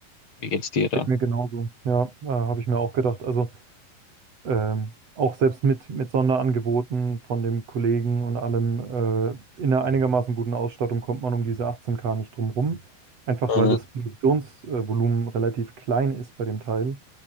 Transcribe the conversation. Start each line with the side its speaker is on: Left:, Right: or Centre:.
Left: Wie geht's dir da?
Right: geht mir genauso. Ja, äh, habe ich mir auch gedacht. Also ähm, auch selbst mit, mit Sonderangeboten von dem Kollegen und allem, äh, in einer einigermaßen guten Ausstattung kommt man um diese 18K nicht drum rum. Einfach
Left: Mhm.
Right: weil das Produktionsvolumen relativ klein ist bei dem Teil